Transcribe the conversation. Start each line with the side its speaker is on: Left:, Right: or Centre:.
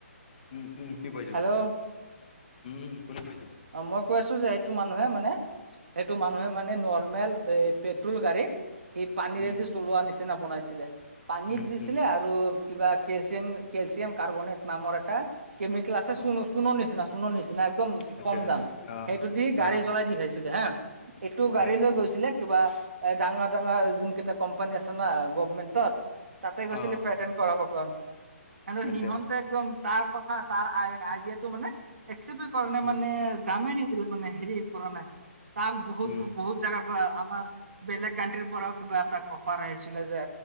Left: উম্, উম্, শুনি পাইছোঁ।
Right: হেল্ল'
Left: উম্, উম্, শুনি পাইছোঁ।
Right: অ', মই কৈ আছোঁ যে, এইটো মানুহে মানে। সেইটো মানুহে মানে নৰ্মেল পেট্ৰল গাড়ীত সি পানীৰেদি
Left: উম
Right: চলোৱা নিচিনা বনাইছিলে, পানীত
Left: উম
Right: দিছিলে
Left: উম
Right: আৰু কিবা কেলচিয়াম, কেলচিয়াম কাৰ্বনেট নামৰ এটা কেমিকেল আছে,
Left: অ
Right: চুনৰ নিচিনা, চুনৰ নিচিনা একদম
Left: আচ্ছা
Right: কম দাম,
Left: আচ্ছা
Right: সেইটো দি গাড়ী
Left: অ অ
Right: চলাই দেখাইছিলে হা, এইটো গাড়ী
Left: হে
Right: লৈ গৈছিলে কিবা এ ডাঙৰ ডাঙৰ যোন কেইটা কোম্পানী আছে না গভমেন্টৰ, তাতে গৈছিলে।
Left: অ
Right: কাৰণে
Left: আচ্ছা
Right: সিহতে একদম তাৰ কথা তাৰ আই দিয়াটো মানে একচেপে কৰা নাই
Left: উম
Right: মানে মানে দামেই নিদিলে মানে, হেৰি কৰা নাই তাক, বহুত
Left: উম
Right: বহুত জাগাৰ পৰা আমাৰ বেলেগ কানট্ৰিৰ পৰাও কিবা এটা অফাৰ আহিছিলে যে,